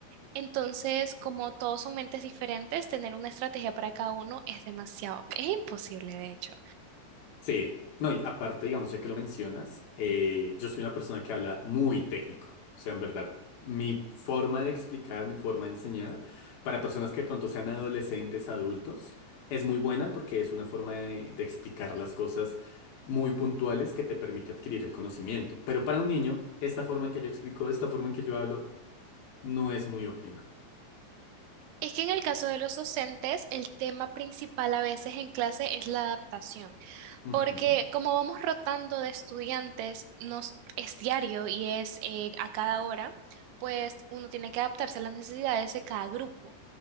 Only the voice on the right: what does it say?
Entonces, como todos son mentes diferentes, tener una estrategia para cada uno es demasiado, es imposible de hecho.
Es que en el caso de los docentes, el tema principal a veces en clase es la adaptación,
porque como vamos rotando de estudiantes, nos es diario y es eh, a cada hora, pues uno tiene que adaptarse a las necesidades de cada grupo.